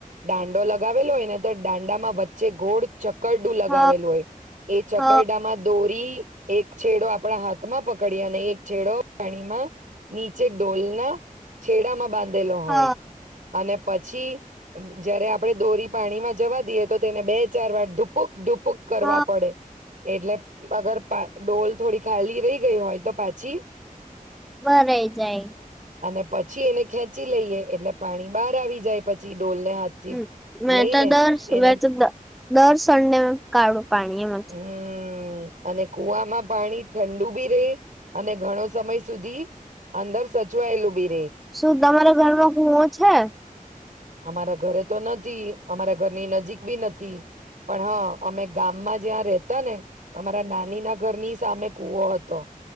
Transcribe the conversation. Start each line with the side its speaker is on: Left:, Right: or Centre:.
Right: દાંડો લગાવેલો હોય ને તો દાંડામાં વચ્ચે ગોળ ચ ચકરડું લગાવેલું
Centre: હ
Right: હોય એ ચકરડામાં
Centre: હ
Right: દોરી એક છેડો આપણા હાથમાં પકડીએ અને એક છેડો પાણીમાં નીચે ડોલના છેડામાં બાંધ
Centre: હ
Right: હોય અને પછી જયારે આપડે દોરી પાણીમાં જવા દઈએ તો તેને બે ચાર વાર ઢુપુક ઢુ પુક કરવા
Centre: હ
Right: પડે એટલે અગર ડોલ થોડી ખાલી રહી ગઈ હોય તો પાછી
Centre: ભરાઈ જાય
Right: અને પછી એને ખેંચી લઈએ એટલે પાણી બહાર આવી જાય પછી ડોલને હાથથી
Centre: હ મેં
Right: લઈને
Centre: તો દર
Right: એને
Centre: તો દર સંડે કાઢું પાણી એમાંથી
Right: હમ અને કુવામાં પાણી ઠંડુ બી રે અને ઘણો સમય સુધી અંદર સ જોયલુબી
Centre: શું તમારા ઘરમાં કુવો છે
Right: અમારા ઘરે તો નથી અમારા ઘરની નજીક બી નથી પણ હા અમે ગામમાં જ્યાં રેતા ને અમારા નાની ના ઘરની સામે કુવો હતો.